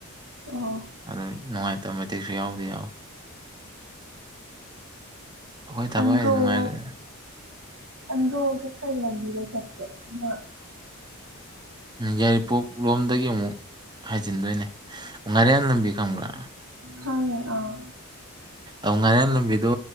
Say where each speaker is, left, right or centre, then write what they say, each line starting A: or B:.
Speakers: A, on the right; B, on the right.
A: ꯑꯣ
B: ꯑꯗꯨ ꯅꯨꯡꯉꯥꯏ ꯇ ꯃꯇꯤꯦꯛꯁꯨ ꯌꯥꯎꯗꯤ ꯌꯥꯎ ꯑꯩꯈꯣꯏ ꯊꯕꯛ
A: ꯑꯟꯗꯔꯣ
B: ꯍꯥꯏꯗꯤ ꯅꯨꯡꯉꯥꯏꯔꯦ
A: ꯑꯟꯗꯔꯣꯗ ꯀꯩ ꯂꯪꯕꯤ ꯂꯩꯩ ꯆꯦ ꯑ
B: ꯌꯥꯏꯔꯤꯄꯣꯛ ꯂꯣꯝꯗꯒꯤ ꯑꯃꯨꯛ ꯍꯥꯏꯖꯤꯟꯗꯣꯏꯅꯦ ꯎ ꯉꯥꯏꯔꯦꯅ ꯂꯝꯕꯤ ꯈꯪꯕ꯭ꯔꯥ
A: ꯍꯉꯦ ꯑꯥ
B: ꯑ ꯉꯔꯦꯟ ꯂꯝꯕꯤꯗꯣ